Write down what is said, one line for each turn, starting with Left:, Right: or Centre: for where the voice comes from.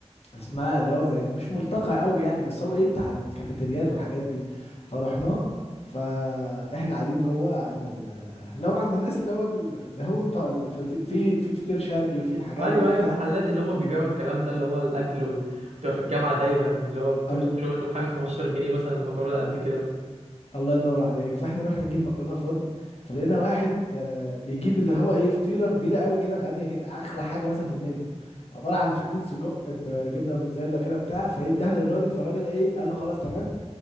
Left: اسمها اللي هو زي مش ملتقى قوي يعني بس هو ايه بتاع الكافيتريات والحاجات دي فرحنا فاحنا قاعدين جوه عند ال... اللي هو عند الناس اللي هو ال- اللي هو بتوع ال... فت- في في فطير شرقي وفي الحاجات
Right: ايوه
Left: دي وبتاع
Right: ايوه المحلات اللي هم بيبيعوا الكلام ده اللي هو الاكل و- وتبقى في الجامعه دايما اللي هو بتروح
Left: الله
Right: تشتري منهم حاجه 15 جنيه مثلا المكرونه قد كده مثلا
Left: الله ينور عليك فاحنا رحنا نجيب مكرونه فرن فلقينا واحد آه بيجيب اللي هو ايه فطيره كبيره قوي كده غاليه جدا اغلى حاجه مثلا في المنيو عباره عن فطيره سجق بجبنه موتزاريلا كده بتاع فايه اداها للراجل فالراجل ايه قال له خلاص تمام